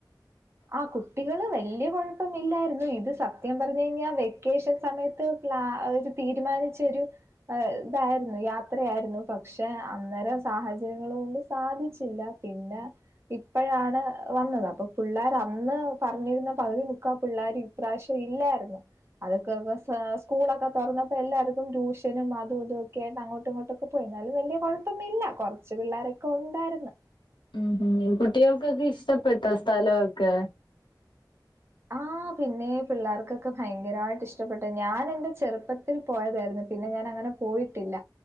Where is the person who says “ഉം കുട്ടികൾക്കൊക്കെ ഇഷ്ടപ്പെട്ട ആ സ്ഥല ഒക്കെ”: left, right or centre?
Left